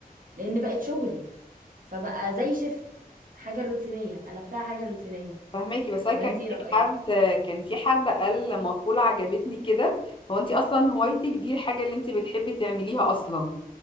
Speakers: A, on the right; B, on the left.
A: لان بقت شغلي فبقى زي شفت حاجة روتينية قلبتها حاجة روتينية
B: فهماكي بس انا
A: ولا
B: كان
A: انت ايه
B: في
A: رأيك
B: حد كان في حد قال مقولة عجبتني كده هو انت اصلا هوايتك دي الحاجة اللي انت بتحبي تعمليها اصلا